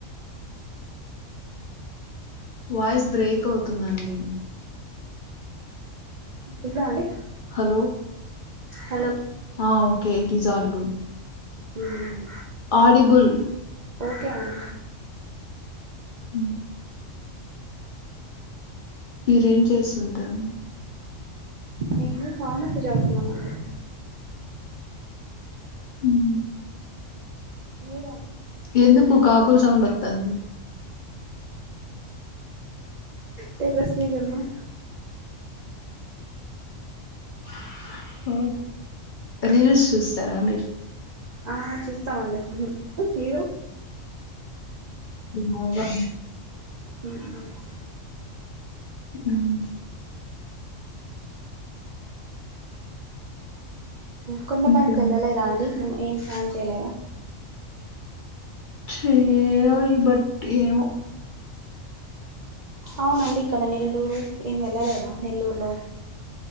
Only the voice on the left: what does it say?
voice break అవుతుందండి
hello
a okay it is audible
audible
hmm మీరేం చేస్తుంటారు
హ్మ్మ్
ఎందుకు కాకుల సౌండ్ ఒతాంది
హో రీల్స్ చూస్తారా మీరు
బాగా
హ్మ్
ఇంకేమి
చేయాలి బట్ ఏమో